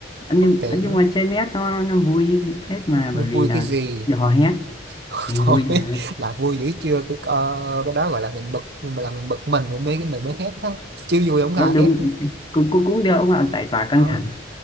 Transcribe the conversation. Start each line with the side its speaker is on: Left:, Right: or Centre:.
Left: Ấn nhưng
Right: tốn tiền
Left: Ấn nhưng
Right: nó
Left: mà chơi net nó nó vui phết mà
Right: nó
Left: bởi
Right: vui
Left: vì là
Right: cái gì
Left: được hò hét
Right: <laughs>
Left: vui
Right: thôi
Left: mà
Right: là vui dữ chưa cái, ờ, cái đó gọi là mình bực mình là mình bực mình mình mới mình mới hét đó chứ vui không có
Left: nó
Right: ai
Left: đúng
Right: hét
Left: cũng cũng cũng được ông ạ giải tỏa căng
Right: không
Left: thẳng